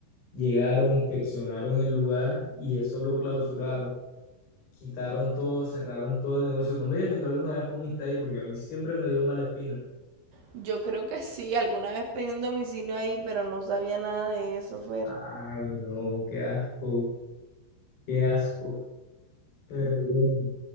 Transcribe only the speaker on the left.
llegaron, inspeccionaron el lugar y eso lo clausuraron. Quitaron todo, cerraron todo el negocio. No me digas que tú alguna vez comiste ahí porque a mí siempre me dio mala espina.
Ay, no, qué asco, qué asco. Pero bueno,